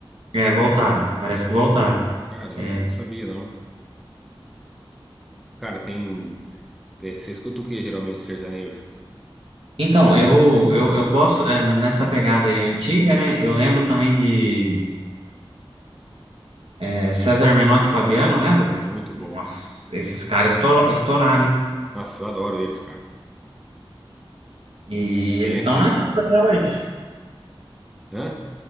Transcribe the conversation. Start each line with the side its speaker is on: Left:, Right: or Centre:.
Right: É, voltaram, parece que voltaram.
Centre: Caramba,
Right: É.
Centre: não sabia, não. Cara, tem. te- Você escuta o que geralmente sertanejo?
Right: Então, eu, eu, eu gosto é, n- nessa pegada aí antiga, né? Eu lembro também de é, César Menotti e Fabiano,
Centre: Nossa,
Right: lembra?
Centre: muito bom.
Right: Nossa, esses caras estoura- estouraram, hein?
Centre: Nossa, eu adoro eles, cara.
Right: E
Centre: Tem
Right: eles
Centre: aquela.
Right: estão na ativa até hoje.
Centre: Hã?